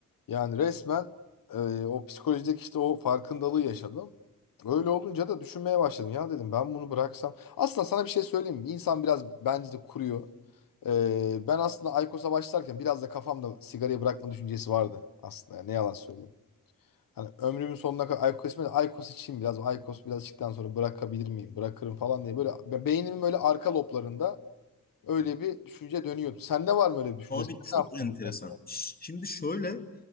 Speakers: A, on the left (about 80°); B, on the left (about 25°).
A: Yani resmen e, o psikolojideki işte o farkındalığı yaşadım. Öyle olunca da düşünmeye başladım. Ya dedim ben bunu bıraksam. Aslında sana bir şey söyleyeyim mi? İnsan biraz bence de kuruyor. E, ben aslında Aykos'a başlarken biraz da kafamda sigarayı bırakma düşüncesi vardı aslında. Yani ne yalan söyleyeyim. Hani ömrümün sonuna kadar Aykos içmeye Aykos içeyim biraz. Aykos biraz içtikten sonra bırakabilir miyim? Bırakırım falan diye. Böyle be- beynimin böyle arka loblarında öyle bir düşünce dönüyordu. Sende var mı öyle bir düşünce?
B: Abi
A: Sen
B: çok
A: ne yaptın
B: enteresan.
A: bu kadar?
B: Ş- Şimdi şöyle